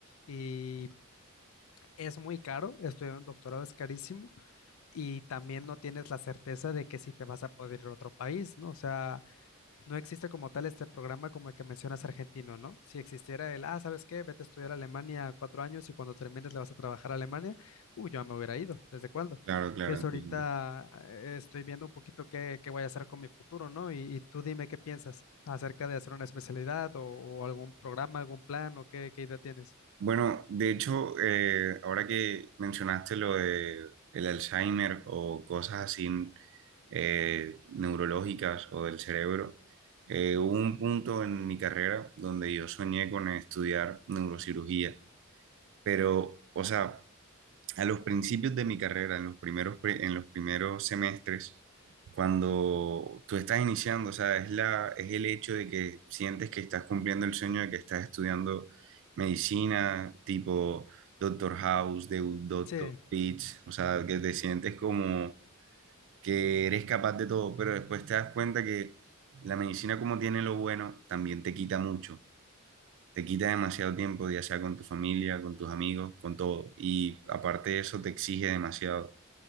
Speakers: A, on the left; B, on the right.
A: Y es muy caro, estudiar un doctorado es carísimo y también no tienes la certeza de que si te vas a poder ir a otro país, ¿no? O sea, no existe como tal este programa como el que mencionas argentino, ¿no? Si existiera el, ah, ¿sabes qué? Vete a estudiar a Alemania cuatro años y cuando termines le vas a trabajar a Alemania, uh, yo ya me hubiera ido, ¿desde cuándo?
B: Claro, claro,
A: Entonces
B: entiendo.
A: ahorita eh, estoy viendo un poquito qué, qué voy a hacer con mi futuro, ¿no? Y, y tú dime qué piensas acerca de hacer una especialidad o, o algún programa, algún plan o qué, qué idea tienes.
B: Bueno, de hecho, eh, ahora que mencionaste lo de el Alzheimer o cosas así eh, neurológicas o del cerebro, eh, hubo un punto en mi carrera donde yo soñé con estudiar neurocirugía, pero, o sea, a los principios de mi carrera, en los primeros, pre- en los primeros semestres, cuando tú estás iniciando, o sea, es la, es el hecho de que sientes que estás cumpliendo el sueño de que estás estudiando medicina, tipo Doctor House, de Doctor
A: Sí,
B: Pitch, o sea, que te sientes como que eres capaz de todo, pero después te das cuenta que la medicina como tiene lo bueno, también te quita mucho te quita demasiado tiempo, ya sea con tu familia, con tus amigos, con todo. Y aparte de eso, te exige demasiado.